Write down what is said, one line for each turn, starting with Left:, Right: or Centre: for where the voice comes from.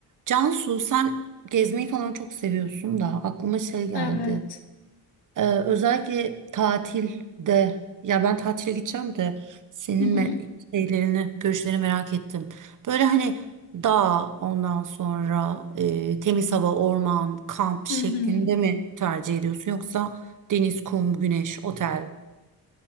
Right: Cansu sen gezmeyi falan çok seviyorsun da aklıma şey geldi.
Left: Evet.
Right: Ee, özellikle tatilde ya ben tatile gideceğim de senin
Left: Hı hı.
Right: me- şeylerini, görüşlerini merak ettim. Böyle hani dağ ondan sonra e, temiz hava, orman, kamp şeklinde
Left: Hı hı.
Right: mi tercih ediyorsun yoksa deniz, kum, güneş, otel